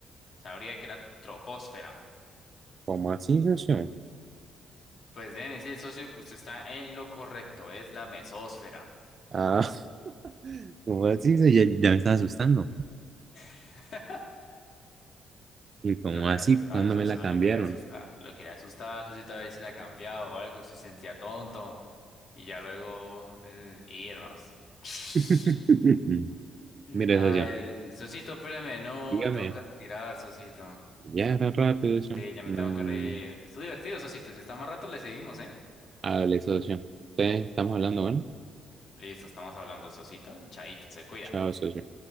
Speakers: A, on the left; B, on the right.
A: Sabría que era troposfera.
B: ¿Cómo así, socio?
A: Pues déjeme decir, socio, que usted está en lo correcto. Es la mesósfera.
B: Ah, <laughs> ¿cómo así? socio? Ya, ya me estaba asustando.
A: <laughs>
B: ¿Y cómo
A: Lo quería
B: así?
A: asustar,
B: ¿Cuándo
A: socio,
B: me la cambiaron?
A: lo quería asustar. Lo quería asustar, socio, a ver si la cambiaba o algo, si se sentía tonto. Y ya luego eh, irnos. <laughs>
B: <laughs> Mire,
A: Ay,
B: socio,
A: Sosito, espéreme, no,
B: dígame.
A: me tengo que retirar, Sosito.
B: Ya, tan rápido, socio.
A: Sí, ya me
B: No,
A: tengo que reír. Estuvo divertido, Sosito. Si está más rato, le seguimos, ¿eh?
B: hable, socio. Ustedes estamos hablando, bueno.
A: Listo, estamos hablando, Sosito. Chaito, se cuida.
B: Chao, socio.